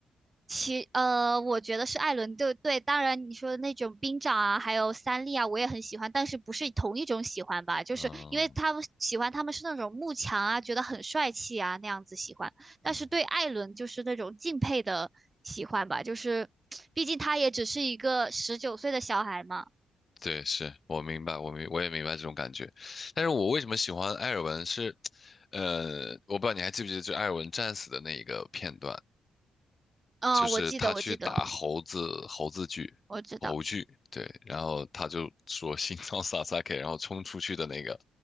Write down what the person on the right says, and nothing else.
其呃，我觉得是艾伦对对，当然你说的那种兵长啊，还有三笠啊，我也很喜欢，但是不是同一种喜欢吧？就是因为他们喜欢他们是那种慕强啊，
觉得很帅气啊那样子喜欢，但是对艾伦就是那种敬佩的喜欢吧，
就是毕竟他也只是一个十九岁的小孩嘛。
嗯，
我记得，我记得，我知道。